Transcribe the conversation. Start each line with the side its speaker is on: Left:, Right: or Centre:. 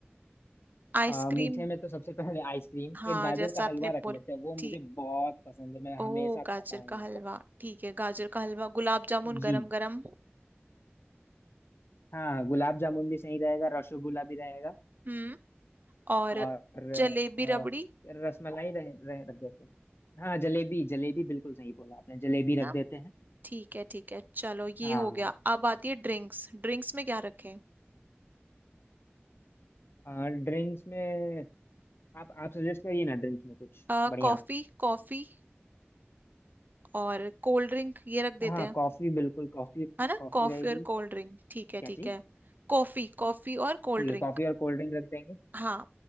Right: आइसक्रीम
Left: आ, मीठे में तो सबसे पहले आइसक्रीम
Right: हाँ
Left: एक गाजर
Right: जैसा
Left: का
Right: आपने
Left: हलवा रख
Right: बोल
Left: लेते हैं वो
Right: ठीक
Left: मुझे बहुत पसंद है मैं हमेशा
Right: ओ
Left: खाता
Right: गाजर
Left: हूँ
Right: का
Left: वो
Right: हलवा ठीक है गाजर का हलवा गुलाब जामुन
Left: जी
Right: गरम गरम
Left: हाँ गुलाब जामुन भी सही रहेगा रसगुल्ला भी रहेगा
Right: हम्म और
Left: और
Right: जलेबी
Left: अ,
Right: रबड़ी
Left: रसमलाई रह, रह, रख देते हैं हाँ जलेबी जलेबी बिल्कुल सही बोला आपने जलेबी
Right: है ना
Left: रख देते हैं
Right: ठीक है ठीक है चलो ये
Left: हाँ
Right: हो गया अब आती है ड्रिंक्स ड्रिंक्स में क्या रखें
Left: और ड्रिंक्स में आप आप सजेस्ट करिए ना ड्रिंक्स में कुछ
Right: अ,
Left: बढ़िया
Right: कॉफी कॉफी और कोल्ड ड्रिंक ये रख देते
Left: हाँ
Right: हैं
Left: कॉफी बिल्कुल कॉफी
Right: है ना
Left: कॉफी
Right: कॉफी
Left: रहेगी
Right: और कोल्ड ड्रिंक ठीक
Left: क्या
Right: है ठीक
Left: जी
Right: है कॉफी कॉफी और कोल्ड
Left: ठीक
Right: ड्रिंक
Left: है कॉफी और कोल्ड ड्रिंक रख देंगे
Right: हाँ